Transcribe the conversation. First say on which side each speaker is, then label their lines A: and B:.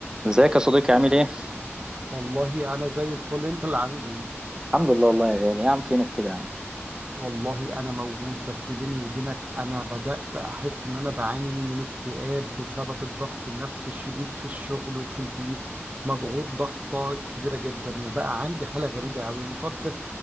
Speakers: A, on the right; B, on the right.
A: ازيك يا صديقي عامل ايه؟
B: والله انا زي الفل انت اللي عامل ايه
A: الحمد لله والله يا غالي يا عم فينك كده يا عم
B: والله انا موجود بس بيني وبينك انا بدأت احس ان انا بعاني من اكتئاب بسبب الضغط النفسي الشديد في الشغل وفي البيت مضغوط ضغطة كبيرة جدا وبقى عندي حالة غريبة قوي انا تقدر